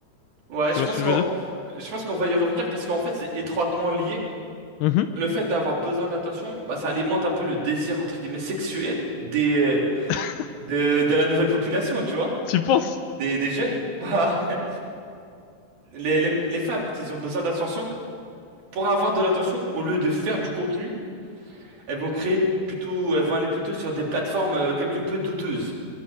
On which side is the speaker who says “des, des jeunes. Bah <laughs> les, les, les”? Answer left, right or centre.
Right